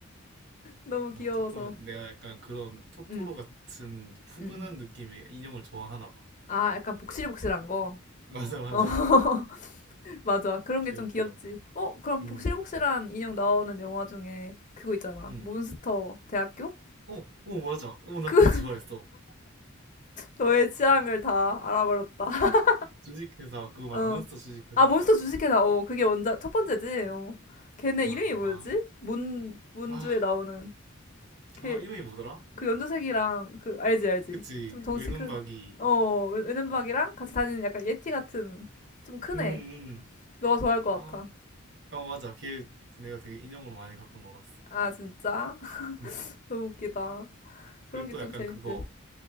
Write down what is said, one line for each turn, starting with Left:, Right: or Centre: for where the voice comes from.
Left: 너무
Right: 아,
Left: 귀여워서.
Right: 토토로, 내가 약간 그런 토토로
Left: 응,
Right: 같은 푸근한
Left: 응, 응.
Right: 느낌의 인형을 좋아하나 봐.
Left: 아, 약간 복실복실한 거.
Right: 맞아, 맞아.
Left: 어, <laughs>
Right: <laughs>
Left: 맞아. 그런
Right: 귀엽더라고.
Left: 게 좀 귀엽지. 어, 그럼
Right: 음,
Left: 복실복실한 인형 나오는 영화 중에 그거 있잖아.
Right: 음.
Left: 몬스터 대학교?
Right: 어, 어, 맞아. 어, 나
Left: 그,
Right: 그것도
Left: <laughs>
Right: 좋아했어.
Left: 너의 취향을 다 알아버렸다. <laughs>
Right: 주식회사, 그거 말,
Left: 어.
Right: 몬스터 주식회사인가
Left: 아, 몬스터
Right: 맞지?
Left: 주식회사. 어, 그게 원작, 첫 번째지. 어. 걔네
Right: 맞아.
Left: 이름이
Right: 아,
Left: 뭐였지? 문, 문주에
Right: 아,
Left: 나오는. 걔,
Right: 아, 이름이 뭐더라?
Left: 그 연두색이랑 그 알지 알지
Right: 그치.
Left: 좀 덩치
Right: 외눈박이.
Left: 큰어 외눈박이랑 같이 다니는 약간 예티 같은 좀 큰
Right: 음, 음.
Left: 애 너가 좋아할 것
Right: 아,
Left: 같아
Right: 어, 맞아. 걔 내가 되게 인형으로 많이 갖고 놀았어.
Left: 아 진짜 <laughs>
Right: 음.
Left: 너무 웃기다
Right: 그리고
Left: 그런 게
Right: 또
Left: 좀
Right: 약간
Left: 재밌지
Right: 그거,